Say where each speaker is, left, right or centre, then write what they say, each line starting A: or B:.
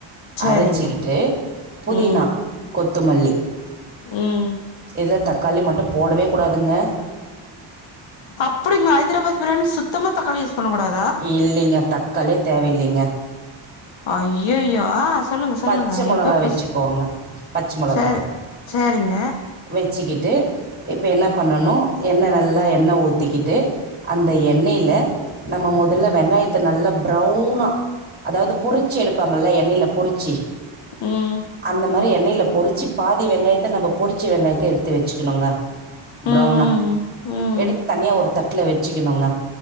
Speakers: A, on the left; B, on the right.
A: சரிங்க
B: அரைச்சிக்கிட்டு புதினா
A: ம்
B: கொத்துமல்லி
A: ம்
B: இதுல தக்காளி மட்டு போடவே கூடாதுங்க
A: அப்டிங்களா ஹைதராபாத் பிரியாணி சுத்தமா தக்காளி யூஸ் பண்ணக் கூடாதா
B: இல்லைங்க தக்காளியே தேவலைங்க
A: ஐஐயோ ஆ சொல்லுங்க சொல்லுங்க
B: பச்சை மிளகா
A: இப்போ புச
B: வச்சுக்கோங்க பச்சை மிளகா
A: சரி சேரிங்க
B: வச்சுக்கிட்டு இப்ப என்ன பண்ணனு எண்ணெ நல்லா எண்ணெ ஊத்திக்கிட்டு அந்த எண்ணெயில நம்ம முதல்ல வெங்காயத்த நல்லா ப்ரௌனா அதாது பொறிச்சி எடுப்பாங்கல்ல எண்ணயில பொறிச்சி
A: ம்
B: அந்த மாரி எண்ணெயில பொறிச்சு பாதி வெங்காயத்த நம்ம பொரிச்சி வெங்காயத்த எடுத்து வச்சுக்கணுங்க பிரவுனா
A: ம் ம்
B: எடுத் தனியா ஒரு தட்ட ல வச்சுக்கணுங்க